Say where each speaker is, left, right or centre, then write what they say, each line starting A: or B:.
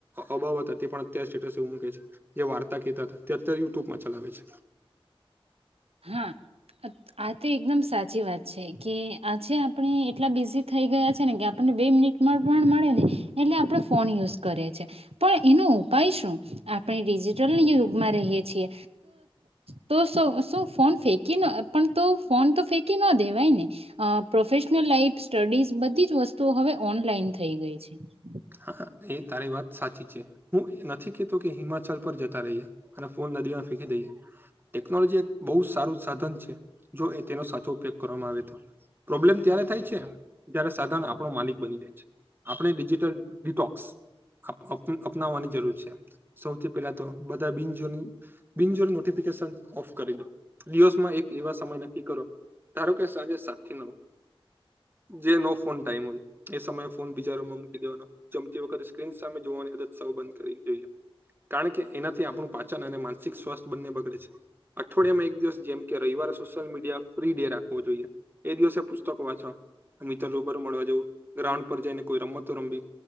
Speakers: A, on the right; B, on the right.
A: અબાવત હતી પણ અત્યારે સ્ટેટસ એવું મૂકે છે જે વાર્તા કહેતા હતા ત્યાં યુટ્યુબમાં ચલાવે છે
B: હા આ તો એકદમ સાચી વાત છે કે આજે આપણે એટલા બિઝી થઈ ગયા છે ને કે આપને બે મિનિટ માં ફોન મળે ને એટલે આપણે ફોન યુઝ કરે છે પણ એનો ઉપાય શું આપણે ડિજિટલ યુગમાં રહીએ છીએ તો સુ ફોન ફેંકી ન પણ તો ફોન તો ફેંકી ન દેવાય ને અ પ્રોફેશનલ લાઈફ સ્ટડીઝ બધી જ વસ્તુઓ હવે ઓનલાઈન થઈ ગઈ છે
A: હા એ તારી વાત સાચી છે હું એ નથી કેતો કે હિમાચલ પર જતા રહીએ અને નદી માં ફેંકી દઈએ ટેકનોલોજી એક બહુ સારું સાધન છે જો એ તેનો સાચો ઉપયોગ કરવામાં આવે તો પ્રોબ્લેમ ત્યારે થાય છે જ્યારે સાધન આપણો માલિક બની જાય છે આપણે બિજી ડિટોક્સ અપ અપ અપનાવવાની જરૂર છે સૌથી પહેલા તો બધા બિનજોન બિનજોટફિક લોકેશન ઓફ કરી દવ દિવસ માં એક એવા સમય નક્કી કરો ધારો કે સાંજે સાત થી નવ જે નો ફોન ટાઈમ હોય એ સમયે ફોન બિજા રુમા માં મુકી દેવાનો જમતી વખતે સ્ક્રીન સામે જોવાની સૌ બંધ કર જોઈએ કારણ કે એનાથી આપણું પાછું અને માનસિક સ્વાસ્થ બંને બગડે છે અઠવાડિયામાં એક દિવસ જેમ કે રવિવારે સોશિયલ મીડિયા ફ્રી ડે રાખવો જોઈએ એ દિવસે પુસ્તકો વાંચવા મિત્ર લોકો ને મળવા જ‌ઉ ગ્રાઉન્ડ પર જઈને કોઈ રમતો રમી